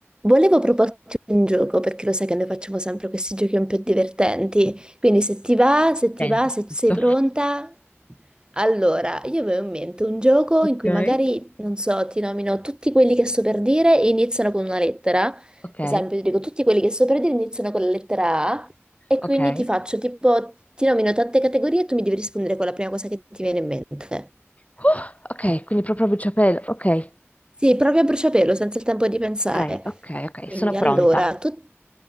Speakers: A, on the right (about 20°); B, on the left (about 30°).
A: Volevo proporti un gioco perché lo sai che noi facciamo sempre questi giochi un po' divertenti. Quindi se ti va, se ti
B: Senti,
A: va, se
B: giusto?
A: sei pronta. Allora, io avevo in mente un gioco
B: Ok.
A: in cui magari, non so, ti nomino tutti quelli che sto per dire e iniziano con una lettera. Ad
B: Ok,
A: esempio, ti dico tutti quelli che sto per dire iniziano con la lettera A e
B: ok.
A: quindi ti faccio tipo, ti nomino tante categorie e tu mi devi rispondere con la prima cosa che ti viene in mente.
B: Uh, ok, quindi proprio a bruciapelo. Ok,
A: Sì, proprio a bruciapelo, senza il tempo di pensare.
B: ok, ok, ok.
A: Quindi
B: Sono pronta.
A: allora, tu-